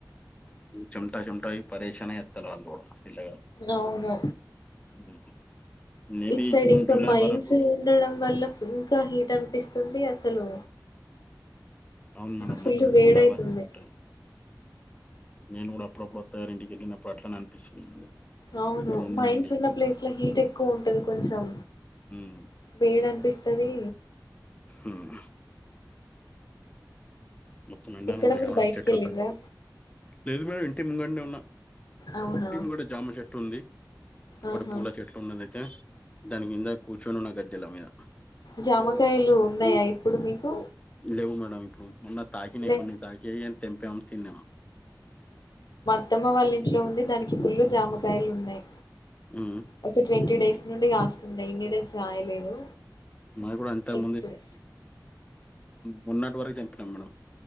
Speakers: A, on the left (about 20°); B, on the left (about 65°).
A: చుంటా చుంటా పరేషాన్ చేత్తరు వాళ్ళు కూడా పిల్లగాళ్ళు
B: అవును
A: హ్మ్. మేబీ
B: ఇట్ సైడ్
A: జూన్
B: ఇంకా
A: జూలై
B: మైన్స్
A: వరకు
B: ఉండడం వల్ల ఇంకా హీట్ అనిపిస్ తుంది అసలు
A: అవును మేడం
B: ఫుల్
A: మాకి ఇంకా
B: వేడైతుంది
A: చాలా హీట్ ఉంటది నేను కూడా అప్పుడప్పుడు సార్ ఇంటికి వెళ్ళినప్పు అట్లనే అనిపిస్తుంది మేడం
B: అవును
A: ఇక్కడ ఉండి
B: మైన్స్
A: ఉండి
B: ఉన్న ప్లేస్ లో హీట్ ఎక్కువ ఉంటది కొంచెం
A: ఉమ్
B: వేడి అనిపిస్తది
A: ఉమ్ మొత్తం ఎండనంత
B: ఇక్కడ మీరు
A: ఎవై
B: బయటికి
A: చెట్లుత
B: వెళ్ళిండ్రా
A: లేదు మేడం ఇంటి ముంగట్నే
B: అవునా
A: టీమ్ కూడా జామషట్ ఉంది <unintelligible> ఒకటి
B: ఆహా
A: పూల చెట్లు ఉన్నదయితే దాని కింద కూర్చొని ఉన్న గద్దెల మీద
B: జామకాయలు ఉన్నాయా ఇప్పుడు మీకు
A: లేవు మేడము ఇప్పుడు ఉన్న తాకి
B: లే
A: కొన్నీ తాకేయి తెంపమ తిన్నావా
B: అత్తమ వాళ్ళ ఇంట్లో ఉంది దానికి పులు జామకాయలు ఉన్నాయి
A: ఉమ్
B: ఒక ట్వంటీ డేస్ నుండి కాస్తుంది ఎన్ని డేస్ కాయలేదు
A: మాకు కూడా అంతకు
B: ఇప్పుడే
A: మోన్నటి వరకు తెంపినాం మేడం